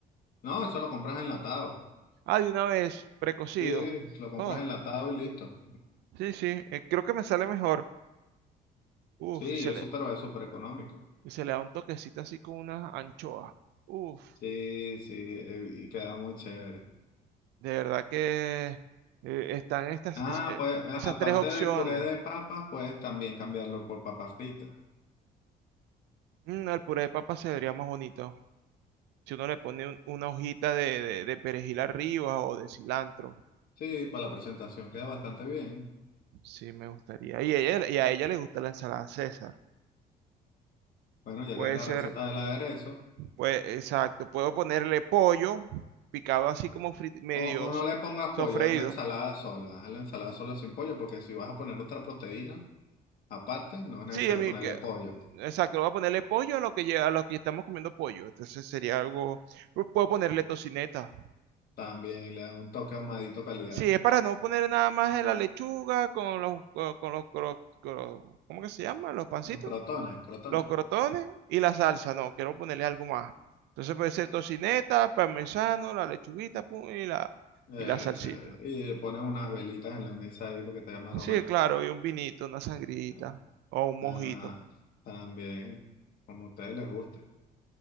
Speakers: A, on the left; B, on the right.
A: No, eso lo compras enlatado.
B: Ah, de una vez, precocido.
A: Sí, lo compras
B: Oh,
A: enlatado y listo.
B: sí, sí, eh, creo que me sale mejor. Uf,
A: Sí,
B: y se
A: es
B: le,
A: súper, es súper económico.
B: y se le da un toquecito así con unas anchoas. Uf,
A: Sí, sí, eh, y queda muy chévere.
B: De verdad que eh, están estas,
A: Ah,
B: es- eh,
A: pues a-
B: esas
A: aparte
B: tres opciones.
A: del puré de papa, puedes también cambiarlo por papas fritas.
B: Mm, el puré de papa se vería más bonito. Si uno le pone un- una hojita de, de- de perejil arriba o de cilantro.
A: Sí, para la presentación queda bastante bien.
B: Sí, me gustaría. Y, ella, y a ella le gusta la ensalada César.
A: Bueno, ya
B: Puede
A: tienes la
B: ser,
A: receta del aderezo.
B: pues, exacto. Puedo ponerle pollo picado así como frit- medio
A: O, o no
B: so-
A: le pongas
B: sofreído.
A: pollo, haz la ensalada sola, haz la ensalada sola sin pollo, porque si vas a poner otra proteína aparte, no es necesario
B: Sí, el mi-
A: ponerle
B: que-
A: pollo.
B: exacto. Voy a ponerle pollo a lo que, lle- a lo que estamos comiendo pollo. Entonces sería algo... Puedo ponerle tocineta.
A: También le da un toque ahumadito calidad.
B: Sí, es para no poner nada más de la lechuga con los, co- con, los, cro- cro- ¿cómo que se llama? Los pancitos,
A: Los crotones, crotones.
B: los crotones y la salsa. No, quiero ponerle algo más. Entonces puede ser tocineta, parmesano, la lechuguita, pum, y la,
A: Chévere,
B: y la salsita.
A: chévere. Y le pones unas velitas en la mesa ahí porque te vea más romántico.
B: Sí, claro, y un vinito, una sangrita
A: Ah,
B: o un mojito.
A: ah, también, como a ustedes les guste.